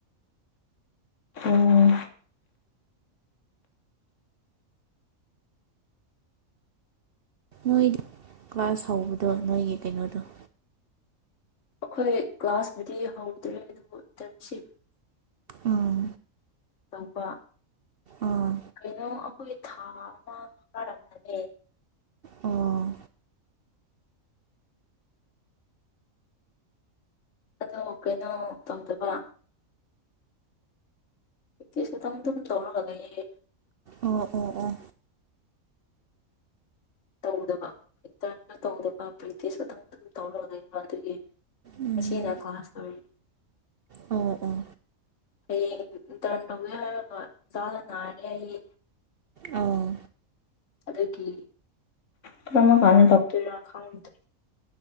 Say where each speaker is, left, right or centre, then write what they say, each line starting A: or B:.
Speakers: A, on the left; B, on the right.
A: ꯑꯣ
B: ꯅꯣꯏꯗ ꯀ꯭ꯂꯥꯁ ꯍꯧꯕꯗꯣ ꯅꯣꯏꯒꯤ ꯀꯩꯅꯣꯗꯣ
A: ꯑꯩꯈꯣꯏ ꯀ꯭ꯂꯥꯁꯕꯨꯨꯗꯤ ꯍꯧꯗ꯭ꯔꯤ ꯑꯗꯨꯕꯨ ꯏꯟꯇꯔꯟꯁꯤꯞ <inaudible>
B: ꯎꯝ
A: ꯇꯧꯕ
B: ꯑꯥ
A: ꯀꯩꯅꯣ ꯑꯩꯈꯣꯏꯒꯤ ꯊꯥ ꯑꯃ ꯐꯥꯔꯝꯃꯅꯤ
B: ꯑꯣ
A: ꯑꯗꯣ ꯀꯩꯅꯣ ꯇꯧꯗꯕ ꯇꯦꯁ ꯑꯗꯨꯝ ꯗꯨꯝ ꯇꯧꯔꯒ ꯂꯩꯌꯦ
B: ꯑꯣ ꯑꯣ ꯑꯣ
A: ꯇꯧꯗꯕ ꯏꯟꯇꯔꯟꯅ ꯇꯧꯗꯕ ꯄ꯭ꯔꯦꯛꯇꯤꯁ ꯃꯇꯝ ꯑꯗꯨꯝ ꯇꯧꯔꯒ ꯂꯩꯕ ꯑꯗꯨꯒꯤ
B: ꯎꯝ
A: ꯉꯁꯤꯅꯥ ꯀꯂ꯭ꯥꯁ ꯂꯣꯏꯔꯦ
B: ꯑꯣ ꯑꯣ
A: ꯍꯌꯦꯡ ꯏꯟꯇꯔꯟ ꯇꯧꯒꯦ ꯍꯥꯏꯔꯒ ꯆꯥꯗ ꯅꯥꯔꯗꯤ ꯑꯩ
B: ꯑꯧ
A: ꯑꯗꯨꯒꯤ ꯀꯔꯝ ꯀꯟꯗꯥ ꯇꯧꯗꯣꯏꯔꯥ ꯈꯪꯗ꯭ꯔꯦ